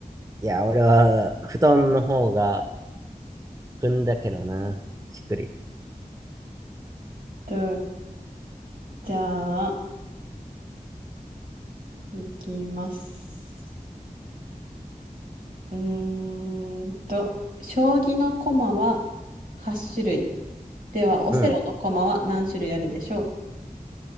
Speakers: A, on the right (about 20°); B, on the right (about 75°).
A: いや、俺は布団の方が組んだけどな。しっくり。
B: と、じゃあ、いきます。うーんと、将棋の駒は8種類。では、オセロの駒は何種類あるでしょ
A: うん。